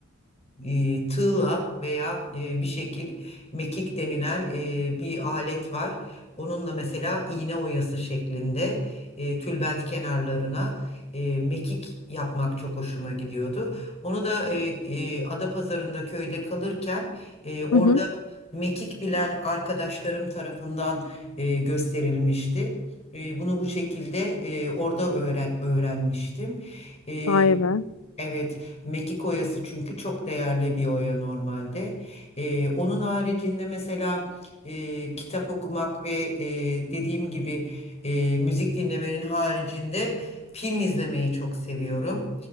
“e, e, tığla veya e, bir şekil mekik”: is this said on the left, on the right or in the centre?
Left